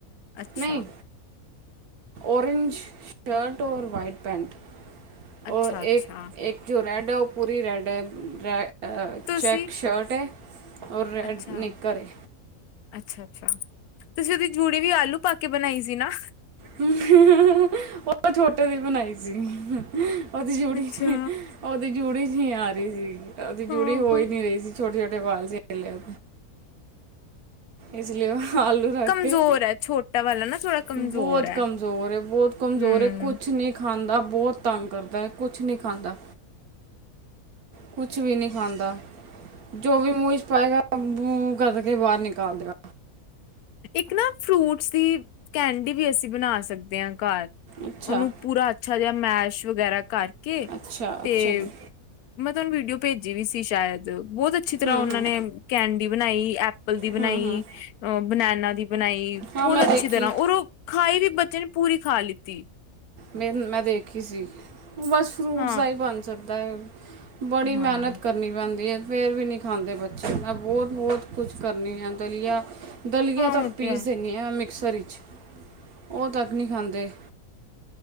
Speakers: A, on the left; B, on the right.
A: ਅੱਛਾ
B: ਨਹੀਂ ਓਰੇਂਜ ਸ਼ਰਟ ਔਰ ਵਾਈਟ ਪੈੈਂਟ ਉਹ
A: ਅੱਛਾ ਅੱਛਾ
B: ਇੱਕ-ਇੱਕ ਜੋ ਰਹਿਣ- ਉਹ ਪੂਰੀ ਰੈੱਡ ਹੈ ਰੈ-
A: ਤੁਸੀਂ
B: ਚੈੱਕ ਸ਼ਰਟ ਹੈ ਔਰ ਰੈਡ
A: ਅੱਛਾ
B: ਨਿਕਰ ਏ
A: ਅੱਛਾ ਅੱਛਾ ਤੁਸੀਂ ਉਹਦੀੂ ਜੂੜੀ ਵੀ ਆਲੂ ਪਾ ਕੇ ਬਣਾਈ ਸੀ ਦਿਨਾਂ
B: ਉਹ ਛੋਟੇ ਦੀ ਬਣਾਈ ਸੀਗੀ ਉਹਦੀ ਜੂੜੀ
A: ਅੱਛਾ
B: ਉਹਦੀ ਜੂੜੀ ਸੀ ਆ ਰਹੀ ਸੀਗੀ ਅਂ
A: ਹਾਂ
B: ਜੂੜੀ ਹੋ
A: ਹਾਂ
B: ਹੀ ਨੀ ਰਹੀ ਸੀ ਛੋਟੇ-ਛੋਟੇ ਵਾਲ ਸੀੇ ਲਿਆ ਇਸ ਲਈ ਉਹ ਆਲੂ ਰੱਖ
A: ਕਮਜ਼ੋਰ
B: ਕੇ
A: ਹੈ ਛੋਟਾ ਵਾਲਾ ਨਾ ਥੋੜਾ ਕਮਜ਼ੋਰ
B: ਬਹੁਤ
A: ਹੈ
B: ਕਮਜ਼ੋਰ-ਬਹੁਤ ਕਮਜ਼ੋਰ
A: ਹਮ
B: ਕੁਛ ਨੀ ਖਾਂਦਾ ਬਹੁਤ ਤੰਗ ਕਰਦਾ ਹੈ ਕੁਛ ਨਹੀਂ ਖਾਂਦਾ ਕੁਛ ਵੀ ਨਹੀਂੀ ਖਾਂਦਾ ਜੋ ਵੀ ਮੁਹ ਚ ਪਾਏਗਾ ਊ ਊ ਕਰ ਕੇ ਬਾਹਰ ਨਿਕਾਲਦਾ
A: ਇੱਕ ਨਾ ਫਰੂਟਸ ਦੀ ਕੈਂਡੀ ਵੀ ਅਸੀਂ ਬਣਾ ਸਕਦੇ ਹਾਂ ਘਰ
B: ਅੱਛਾ
A: ਉਹਨੂੰ ਪੂਰਾ ਅੱਛਾ ਜਿਹਾ ਮੈਸ਼ ਵਗੈਰਾ ਕਰਕੇ ਕੇ
B: ਅੱਛਾ
A: ਤੇ
B: ਅੱਛਾ ਜੀ
A: ਮ ਵੀਡੀਓ ਭੇਜੀ ਵੀ ਸੀ ਸ਼ਾਇਦ ਬਹੁਤ ਅੱਛੀ ਤਰ੍ਹਾਂ
B: ਹੂੰ
A: ਉਹਨਾਂ
B: ਹੂੰ
A: ਨੇ ਕੈਂਡੀ ਬਣਾਈ ਐਪਲ ਦੀ ਬਣਾਈ
B: ਹੂੰ ਹੂੰ
A: ਅ ਬਨੈਨਾ ਦੀ ਬਣਾਈ ਬਹੁਤ
B: ਹਾਂ ਮੈਂ
A: ਅੱਛੀ
B: ਦੇਖੀ
A: ਤਰ੍ਹਾਂ ਔਰ ਉਹ ਖਾਈ ਵੀ ਬੱਚੇ ਨੇ ਪੂਰੀ ਖਾ ਲਿੱਤੀ
B: ਮੇ ਮੈਂ ਦੇਖੀ ਸੀ ਬਸ ਫਰੂਟਸ
A: ਹਾਂ
B: ਦਾ ਹੀ ਬਣ ਸਕਦਾ <unintelligible> ਬੜੀ
A: ਹਾਂ
B: ਮਿਹਨਤ ਕਰਨੀ ਪੈਂਦੀ ਏ- ਫਰ ਵੀ ਨਹੀਂੀ ਖਾਂਦੇ ਬੱਚੇ ਬਹੁਤ-ਬਹੁਤ ਕੁਛ ਕਰਨੀ ਆ ਦਲੀਆ ਦਲੀਆਂ
A: ਹਾਂ
B: ਤਕ
A: ਉਹ
B: ਪੀਸ
A: ਤੇ ਹੈ
B: ਦਿੰਦੇ ਹਾਂ ਮਿਕ ਮਿਮਕਸਰ ਚ ਉਹ ਤੱਕ ਨਹੀਂ ਖਾਂਦੇ